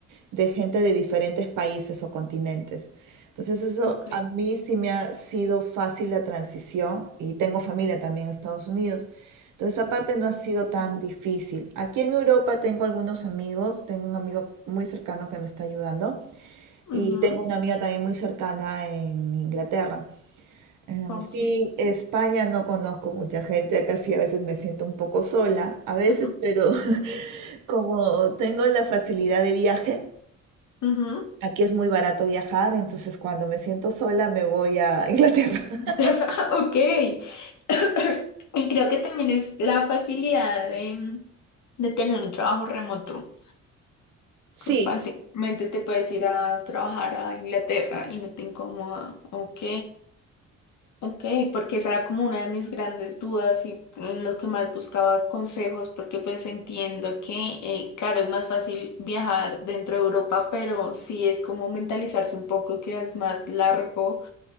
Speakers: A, on the right (about 85°); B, on the left (about 75°).
A: de gente de diferentes países o continentes. Entonces eso
B: ok,
A: a mí sí me ha sido fácil la transición y tengo familia también en Estados Unidos. Entonces esa parte no ha sido tan
B: Sí.
A: difícil. Aquí en Europa tengo algunos amigos, tengo un amigo muy cercano que me está ayudando
B: ujú,
A: y tengo una amiga también muy cercana en Inglaterra. Eh,
B: ok,
A: sí, España no conozco mucha gente, acá sí a veces me siento un poco sola, a veces,
B: ujú,
A: pero <laughs> como tengo la facilidad de viaje,
B: ujú.
A: aquí es muy barato viajar, entonces cuando me siento sola me voy a Inglaterra. <laughs>
B: <laughs> Terra- ok. <coughs> Y creo que también es la facilidad de de tener un trabajo remoto.
A: Sí,
B: Fácilmente te puedes ir a trabajar a Inglaterra y no te incomoda. Ok, ok, porque esa era como una de mis grandes dudas y en los que más buscaba consejos, porque pues entiendo que, eh, claro, es más fácil viajar dentro de Europa, pero sí es como mentalizarse un poco que es más largo,